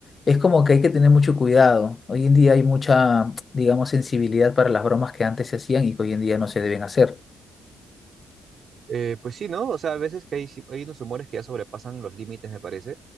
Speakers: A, on the left; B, on the right.
A: Es como que hay que tener mucho cuidado. Hoy en día hay mucha, digamos, sensibilidad para las bromas que antes se hacían y que hoy en día no se deben hacer.
B: Eh, pues sí, ¿no? O sea, a veces que hay, sí- hay unos humores que ya sobrepasan los límites, me parece,